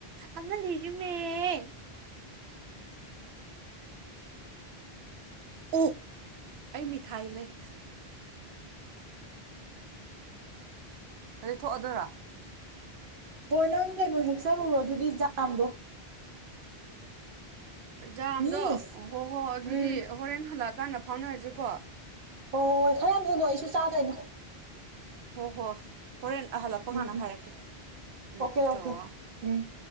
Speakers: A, on the right (about 80°); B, on the right (about 65°).
A: ꯑꯃ ꯂꯩꯔꯃꯦ ꯑꯣ ꯑꯩ ꯃꯤꯊꯥꯏ ꯂꯩ ꯍꯧꯖꯤꯛ ꯊꯣꯛꯑꯗꯣꯏꯔꯥ
B: ꯍꯣꯏ ꯅꯪ ꯀꯩꯅꯣ ꯍꯦꯛꯆꯠꯔꯨꯔꯣ ꯑꯗꯨꯗꯤ ꯖꯥꯝꯗꯣ
A: ꯖꯥꯝꯗꯣ
B: ꯃꯤꯁ
A: ꯍꯣ ꯍꯣ ꯑꯗꯨꯗꯤ
B: ꯎꯝ
A: ꯍꯣꯔꯦꯟ ꯍꯜꯂꯛꯑꯀꯥꯟꯗ ꯐꯥꯎꯅꯔꯁꯤꯀꯣ
B: ꯍꯣꯏ ꯍꯣꯏ ꯍꯣꯏ ꯈꯔ ꯌꯥꯝꯁꯨꯅꯣ ꯑꯩꯁꯨ ꯆꯥꯗꯣꯏꯅꯦ
A: ꯍꯣ ꯍꯣ ꯍꯣꯔꯦꯟ ꯍꯜꯂꯛꯄ
B: ꯎꯝ
A: ꯀꯥꯟꯗ
B: ꯎꯝ
A: ꯍꯥꯏꯔꯛꯀꯦ ꯎꯝ
B: ꯑꯣꯀꯦ ꯑꯣꯀꯦ
A: ꯑꯣ
B: ꯎꯝ